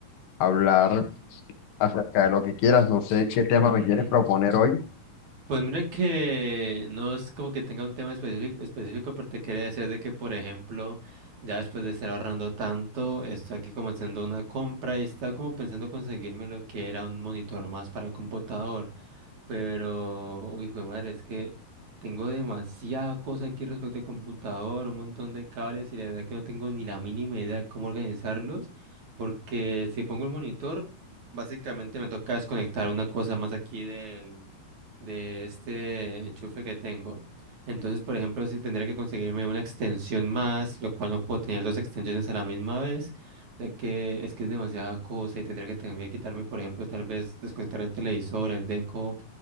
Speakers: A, on the left (about 80°); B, on the right (about 45°).
A: hablar acerca de lo que quieras. No sé qué tema
B: ujú.
A: me quieres proponer hoy.
B: Pues mira que no es como que tenga un tema específico, específico, pero te quería decir de que, por ejemplo, ya después de estar ahorrando tanto, estoy aquí como haciendo una compra y estaba como pensando conseguirme lo que era un monitor más para el computador. Pero, uy, hijo de madre, es que tengo demasiada cosa aquí respecto al computador, un montón de cables y la verdad que no tengo ni la mínima idea de cómo organizarlos, porque si pongo el monitor, básicamente me toca desconectar una cosa más aquí del, de este enchufe que tengo. Entonces, por ejemplo, si tendría que conseguirme una extensión más, lo cual no puedo tener dos extensiones a la misma vez, ya que es que es demasiada cosa y tendría que también quitarme, por ejemplo, tal vez desconectar el televisor, el deco,